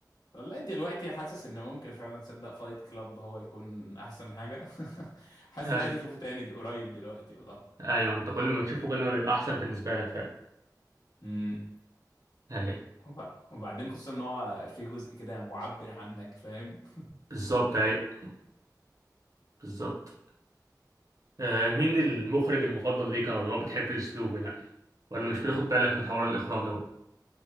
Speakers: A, on the left; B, on the right.
A: والله دلوقتي حاسس ان ممكن فعلا صدق فايت كلاب هو يكون احسن حاجه <laughs> حاسس
B: أيوه
A: ان عايز اشوفه تاني دي قريب دلوقتي والله
B: أيوه أنت كل ما بتشوفه كل ما بيبقى أحسن بالنسبة لك فعلا
A: امم
B: أيوه
A: وب- وبعدين خصوصا ان هو في جزء كده معبر عنك فاهم
B: بالظبط أيوه بالظبط آه مين المخرج المفضل ليك أو اللي هو بتحب أسلوبه يعني ولا مش بتاخد بالك من حوار الإخراج أوي